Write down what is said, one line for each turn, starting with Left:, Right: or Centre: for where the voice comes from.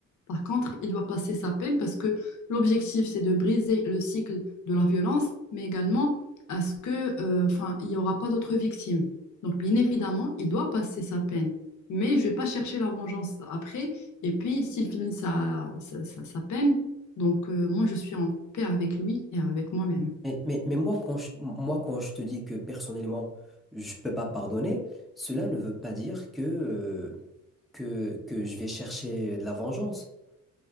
Left: Par contre, il doit passer sa peine parce que l'objectif, c'est de briser le cycle de la violence, mais également à ce que, euh, enfin, il n'y aura pas d'autres victimes. Donc, bien évidemment, il doit passer sa peine. Mais je vais pas chercher la vengeance après. Et puis, s'il finit sa, sa, sa- sa peine, donc euh, moi, je suis en paix avec lui et avec moi-même.
Centre: Mais, mais, mais moi, quand je, moi, quand je te dis que personnellement, je peux pas pardonner, cela ne veut pas dire que, euh, que, que je vais chercher de la vengeance.